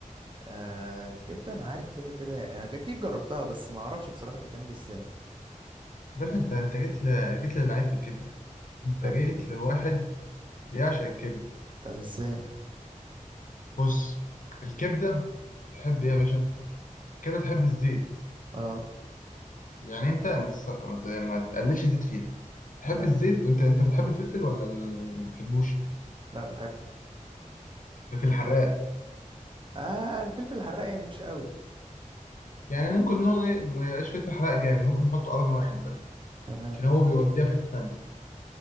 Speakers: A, on the right (about 35°); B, on the left (about 75°).
A: آه الكبده انا عارف كده كده يعني انا اكيد جربتها بس ما اعرفش بصراحه بتتعمل ازاي
B: باشا انت انت جيت ل... جيت للعيب في الكبده انت
A: طب
B: جيت لواحد بيعشق الكبده
A: طب ازاي
B: بص الكبده تحب ايه يا باشا كده تحب الزيت
A: اه
B: يعني انت ما, تس... ما ت- ما تقللش زيت فيها تحب
A: تمام
B: الزيت وانت انت بتحب الفلفل ولا ال- ما بتحبوش
A: لا بحبه
B: الفلفل الحراق
A: اه الفلفل الحراق يعني مش قوي
B: يعني ممكن نقول ايه ما يبقاش فلفل حراق جامد ممكن نحطه قرن واحد بس
A: تمام
B: عشان هو بيوديها في حته تانية